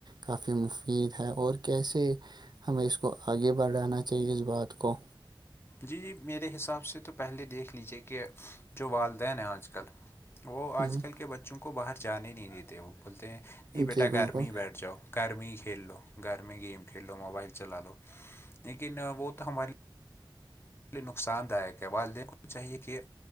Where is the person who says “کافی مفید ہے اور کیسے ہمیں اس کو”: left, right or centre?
Right